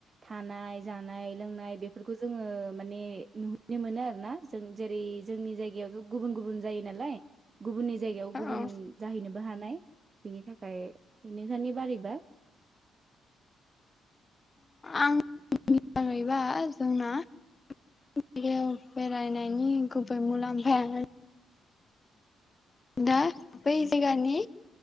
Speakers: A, on the right; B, on the left.
A: थानाय जानाय लोंनाय बेफोरखौ जोङो माने नुहनो मोनो आरो ना जों जेरै जोंनि जायगायावथ' गुबुन-गुबुन जायो नालाय गुबुननि जायगायाव
B: औ
A: गुबुन जाहैनो बो हानाय बेनि थाखा ओमफ्राय नोसानि बारैबा
B: आं मिजाङैबा जोंना जायगायाव बेरायनायनि गुबै मुलाम्फाया दा बै जायगानि